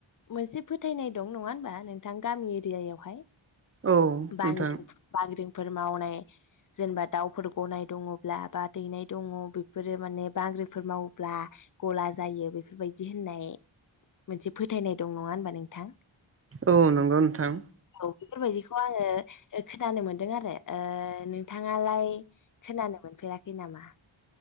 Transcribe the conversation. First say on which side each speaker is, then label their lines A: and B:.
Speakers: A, on the left; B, on the right.
A: मोनसे फोथायनाय दं नङा होनबा नोंथां गामि एरियायावहाय
B: औ
A: बांग्रि
B: नोंथां
A: बांग्रिंफोर मावनाय जेनेबा दाउफोर गनाय दङब्ला बा दैनाय दङ बेफोरो माने बांग्रिफोर मावोब्ला गला जायो बेफोरबायदि होननाय मोनसे फोथायनाय दं नङा होनबा नोंथां।
B: औ नंगौ नोंथां।
A: औ बेफोरबायदिखौ आङो खोनानो मोनदों आरो नोंथाङालाय खोनानो मोनफेराखै नामा?